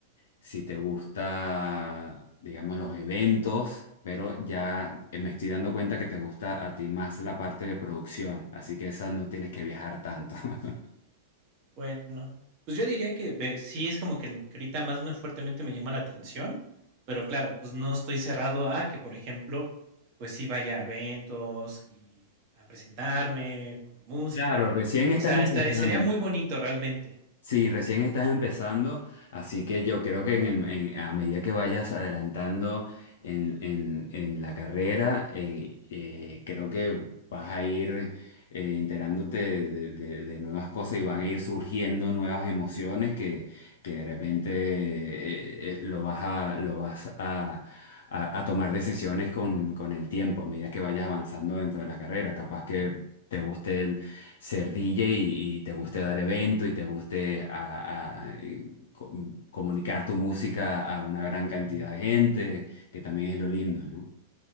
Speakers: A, on the left; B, on the right.
A: si te gusta, digamos, los eventos, pero ya eh, me estoy dando cuenta que te gusta a ti más la parte de producción, así que esa no tienes que viajar tanto. <laughs>
B: Bueno, pues yo diría que ve sí es como que lo que ahorita más me fuertemente me llama la atención, pero claro, pues no estoy cerrado a que, por ejemplo, pues sí vaya a eventos y a presentarme con mi música.
A: Claro, recién estás
B: O sea,
A: empezando.
B: estaría sería muy bonito realmente.
A: Sí, recién estás empezando, así que yo creo que en el- en- a medida que vayas adelantando en, en- en la carrera, eh, eh, creo que vas a ir eh, enterándote de, de- de nuevas cosas y van a ir surgiendo nuevas emociones que, que de repente eh, eh, lo vas a, lo vas a, a- a tomar decisiones con, con el tiempo, a medida que vayas avanzando dentro de la carrera. Capaz que te guste ser DJ y, y te guste dar evento y te guste a- a, eh, co- comunicar tu música a una gran cantidad de gente, que también es lo lindo, ¿no?